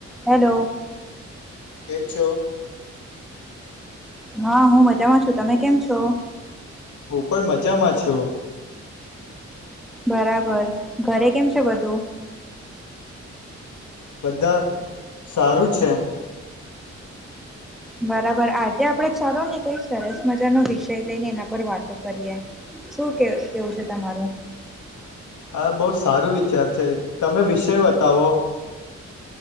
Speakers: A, in the centre; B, on the left (about 80°).
A: Hello
B: કેમ છો
A: હા હું મજામાં છું તમે કેમ છો
B: હું પણ મજામાં છું
A: બરાબર ઘરે કેમ છે બધું
B: બધા સારું છે
A: બરાબર આજે આપડે ચાલો ને કઈ સરસ મજાનો વિષય લઈને એના પર વાતો કરીએ શું કે કેવું છે તમારું
B: હા બહુ સારું વિચાર છે તમે વિષય બતાવો